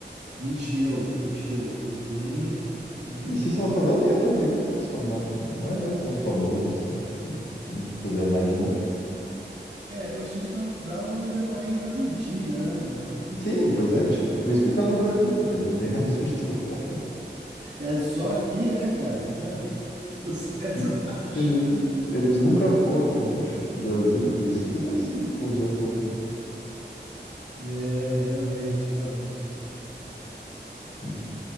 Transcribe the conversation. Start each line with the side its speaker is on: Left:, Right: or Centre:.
Right: Encheu, encheu. Foi bem, bem
Left: E
Right: bom.
Left: System of a Down nem é, tão, nem é mais, fama- não é mais tão famoso assim, porque eles não fizeram nada de novo.
Right: É, o System of a Down ainda é mais das antigas, né? Eu lembro,
Left: Sim,
Right: pô,
Left: pois é, acho que, por isso que ele tá no Brasil, porque não tem mais <laughs> onde tocar.
Right: é só aqui, né, cara? É só aqui que faz <laughs> sucesso,
Left: Que-
Right: eu
Left: que
Right: acho.
Left: Eles, eles nunca foram, acho, pro Brasil, por isso que tá esse fuzuê todo,
Right: É, realmente, realmente.
Left: né?